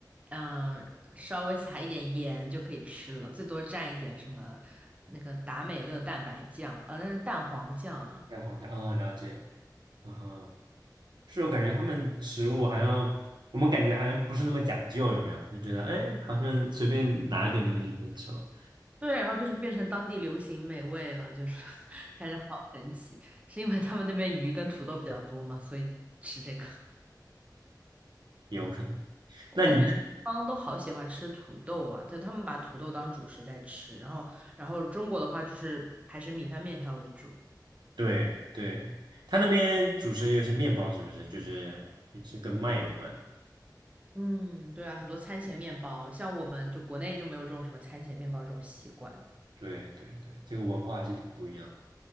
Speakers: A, on the right; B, on the right.
A: 嗯、稍微撒一点盐就可以吃了，最多蘸一点什么那个达美乐蛋白酱，啊，那个蛋黄酱啊。
B: 蛋黄酱啊，了解。嗯哼，是我感觉他们食物好像我们感觉好像不是那么讲究，有没有？就觉得哎，好像随便拿一点东西就可以吃了，
A: 对，然后就是变成当地流行美味了，就是 <laughs> 感觉好神奇。是因为他们那边鱼跟土豆比较多嘛，所以吃这个。
B: 也有可能。
A: 我感觉西方都好喜欢吃土豆啊，
B: 那你们
A: 就他们把土豆当主食在吃，然后然后中国的话就是还是米饭面条为主。
B: 对对，他那边主食也有一些面包，是不是？就是也是跟麦有关的。
A: 嗯，对啊，很多餐前面包，像我们就国内就没有这种什么餐前面包这种习惯。
B: 对对对，这个文化还是挺不一样的。